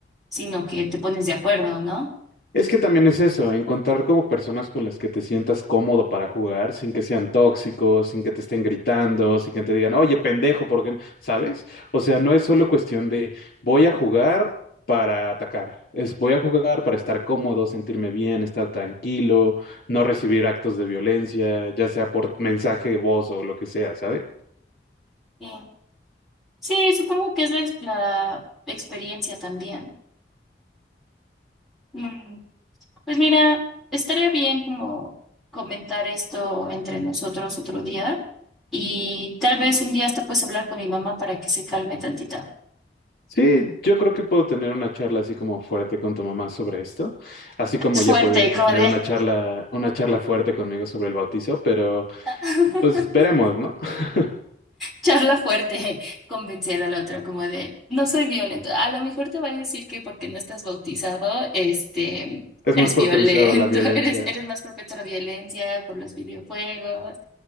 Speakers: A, in the centre; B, on the left.
A: sino que te pones de acuerdo, ¿no?
B: Es que también es eso, encontrar como personas con las que te sientas cómodo para jugar, sin que sean tóxicos, sin que te estén gritando, sin que te digan, oye, pendejo, ¿por qué no?", ¿Sabes? O sea, no es solo cuestión de voy a jugar para atacar, es voy a jugar para estar cómodo, sentirme bien, estar tranquilo, no recibir actos de violencia, ya sea por mensaje, voz o lo que sea, ¿sabes?
A: Sí, Sí, supongo que es la, ex- la experiencia también. Mm. Pues mira, estaría bien como comentar esto entre nosotros otro día y tal vez un día hasta puedes hablar con mi mamá para que se calme tantito.
B: Sí, yo creo que puedo tener una charla así como fuerte con tu mamá sobre esto, así
A: <laughs>
B: como
A: Fuerte,
B: ella puede tener
A: como de
B: una charla, una charla fuerte conmigo sobre el bautizo, pero
A: <laughs>
B: pues veremos, ¿no? <laughs>
A: charla fuerte, convencer a la otra como de no soy violento. A lo mejor te va a decir que porque no estás bautizado, este,
B: Es
A: eres
B: más propenso
A: violento,
B: a la violencia.
A: <laughs> eres, eres más propenso a la violencia por los videojuegos,